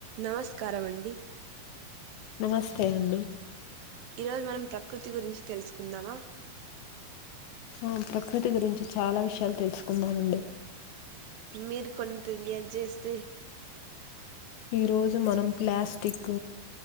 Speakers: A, on the right; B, on the left.
A: నమస్కారమండి
B: నమస్తే అండి
A: ఈ రోజు మనం ప్రకృతి గురించి తెలుసుకుందామా
B: ఆ ప్రకృతి గురించి చాలా విషయాలు తెలుసుకున్నానండి
A: మీరు కొన్ని తెలియది చేస్తే
B: ఈ రోజు మనం ప్లాస్టిక్